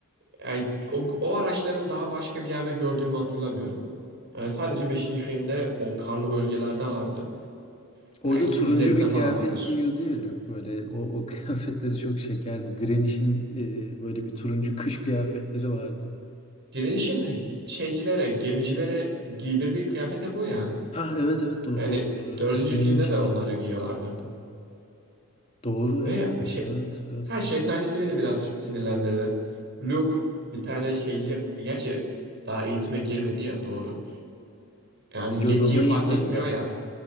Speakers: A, on the right (about 50°); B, on the left (about 30°).
A: yani o, o araçları daha başka bir yerde gördüğümü hatırlamıyorum. Yani sadece beşinci filmde o karlı bölgelerde vardı.
B: Orada
A: Belki
B: turuncu
A: dizilerinde
B: bir
A: falan
B: kıyafet
A: vardır.
B: giyiyordu ya Luke böyle. O, o <laughs> kıyafetleri çok şekerdi. Direniş'in e, böyle bir turuncu kış kıyafetleri vardı.
A: Direniş'in şeycilere, gemicilere giydirdiği kıyafet hep o ya.
B: Ha evet evet doğru
A: Yani
B: doğru doğru
A: dördüncü
B: evet. Geminin
A: filmde
B: içinde
A: de onları
B: giyiyorlar
A: giyiyorlardı.
B: doğru doğru. Doğru evet
A: Ve şey,
B: evet evet
A: her
B: kanka.
A: şey sahnesi beni birazcık sinirlendirdi. Luke bir tane şeyci, gerçi daha eğitime girmedi ya doğru. Yani
B: Yoda
A: yetiyi fark
B: eğitmedi
A: etmiyor
B: daha.
A: ya.